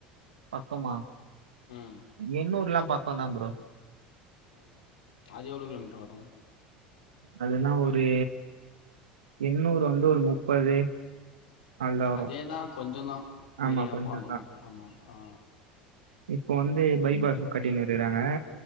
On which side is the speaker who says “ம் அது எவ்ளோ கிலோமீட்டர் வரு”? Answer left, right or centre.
Left